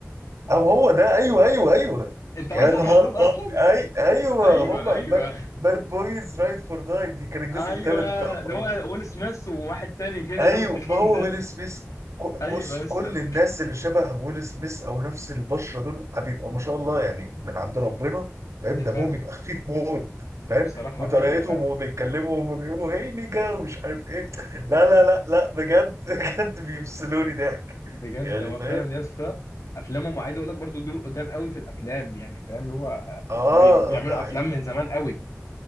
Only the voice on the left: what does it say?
انت
قصدك
على دول
اصلا
ايوه
ايوه
ايوه
اللي هو ويل سميث وواحد تاني كده
اللي هو التخين
ده
ايوه
لسه
ده
فعلا
بصراحه
ايوه فعلا
بجد
هو
فعلا يا اسطى افلامهم عايز اقول لك برضو دول قدام قوي في الافلام يعني فاهم اللي هو
بي- بيعملوا
افلام من زمان قوي